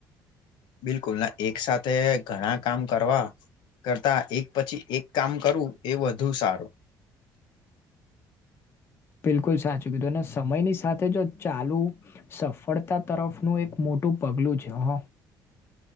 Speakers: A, on the left; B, on the left.
A: બિલકુલ ના એક સાથે. ઘણા કામ કરવા કરતા એક પછી એક કામ કરવું એ વધુ સારું.
B: બિલકુલ સાચું કીધું સમયની સાથે જો ચાલુ. સફળતા તરફનું એક મોટું પગલું છે હ.